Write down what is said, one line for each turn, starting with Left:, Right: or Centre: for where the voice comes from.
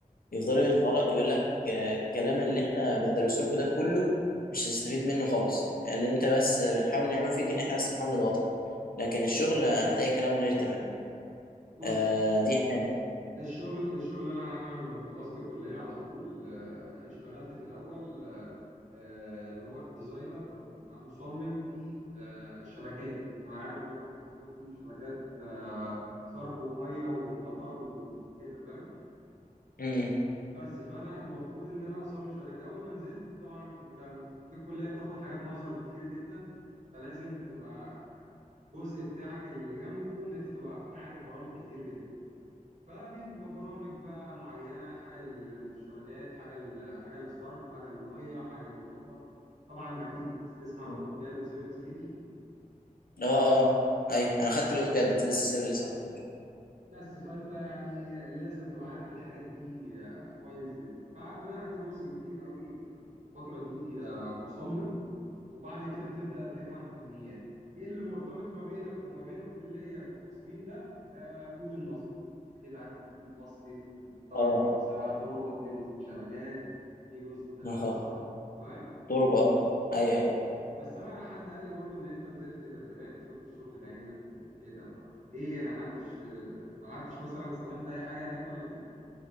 Left: يفضلوا يطلعوا لك يقول لك آه، الكلام اللي احنا بندرسه لكم ده كله مش هتستفيد منه خالص اللي انت بس بنحاول نعمله فيك ان احنا بس بنحاول نضغطك لكن الشغل هتلاقي كلام غير تمام
Right: بص
Left: آه دي حاجه
Right: الشغل الشغل انا انا لما خلصت كليه على طول آه، اشتغلت في الاول آه، آه، اللي هو ديزاينر او مصمم في آه، الشبكات طبعا عارف ان انا تخصصي شبكات آه، صرف وميه ومطر وكده فاهم
Left: م-
Right: بس فانا المفروض ان انا اصمم شبكات اول ما نزلت طبعا انت في الكليه بتاخد حاجات نظر كتير جدا فلازم تبقى آه، جزء بتاعك اللي جنبه ان انت تبقى عارف برامج كتير جدا ففي برامج بقى معينه حاجه لل- للشبكات حاجه ل- حاجه للصرف حاجه للميه حاجه للمطر طبعا اكيد تسمع عن
Left: م.
Right: اوتوكاد وسيفل 3 دي
Left: اه اه ايوه انا خدت الاوتوكاد بس لسه السيفل لسه ما خدتوش
Right: بس فانت يعني لازم تبقى عارف الحاجات دي آه، كويس جدا فبدات جزء كبير قوي في في الفتره دي آه، مصمم وبعد كده بتبدأ تفهم فنيات ايه اللي مرتبط ما بينك وما بين الكلية في التصميم ده آه الكود المصري اكيد عارف الكود المصري في في- طبعا
Left: اه
Right: في جزء بقى طرق في جزء شبكات في جزء آه
Left: <laughs>
Right: صح فاهم
Left: تربة اه ايوه ايوه
Right: بس انا حد قال لي برضو ان انت نزلت تدريبات وشفت الشغل بعينك وكده ما ايه انا حدش آه، ما قعدتش مثلا استلمت اي حاجة هناك ولا كده